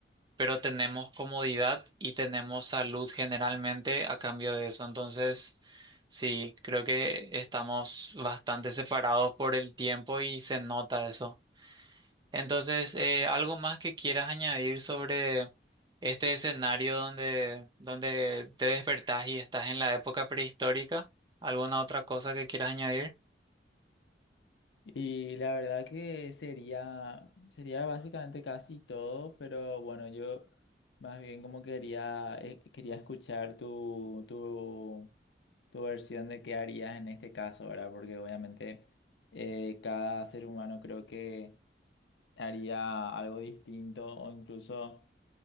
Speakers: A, on the right (about 25°); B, on the left (about 80°).
A: pero tenemos comodidad y tenemos salud generalmente a cambio de eso. Entonces, sí, creo que estamos bastante separados por el tiempo y se nota eso. Entonces, eh, algo más que quieras añadir sobre este escenario donde, donde te despertás y estás en la época prehistórica, ¿alguna otra cosa que quieras añadir?
B: Y la verdad que sería, sería básicamente casi todo, pero bueno, yo más bien como quería, eh, quería escuchar tu, tu, tu versión de qué harías en este caso, ¿verdad? Porque obviamente eh, cada ser humano creo que haría algo distinto o incluso